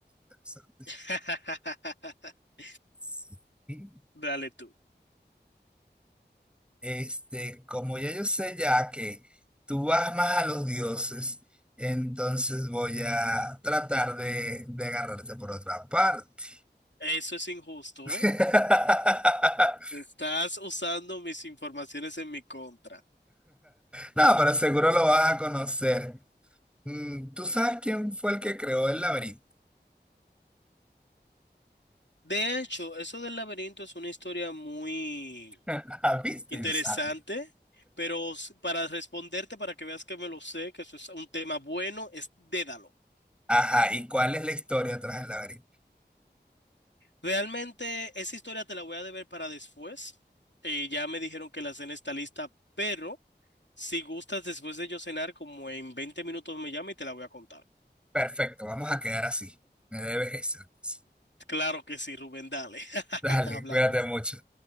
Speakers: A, in the centre; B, on the left.
A: interesante.
B: <laughs>
A: Sí.
B: Dale tú.
A: Este, como ya yo sé ya que tú vas más a los dioses, entonces voy a tratar de, de agarrarte por otra parte.
B: Eso es injusto,
A: <laughs>
B: ¿eh? Estás usando mis informaciones en mi contra.
A: No, pero seguro lo vas a conocer. Mm, ¿Tú sabes quién fue el que creó el laberinto?
B: De hecho, eso del laberinto es una historia muy...
A: <laughs> ¿Viste?
B: Interesante,
A: Yo sabía.
B: pero s- para responderte, para que veas que me lo sé, que eso es un tema bueno, es Dédalo.
A: Ajá, ¿y cuál es la historia tras el laberinto?
B: Realmente esa historia te la voy a deber para después. Eh, ya me dijeron que la cena está lista, pero si gustas después de yo cenar, como en 20 minutos me llama y te la voy a contar.
A: Perfecto, vamos a quedar así. Me debes esa. pues.
B: Claro que sí, Rubén, dale. <laughs>
A: Dale,
B: Hablamos.
A: cuídate mucho.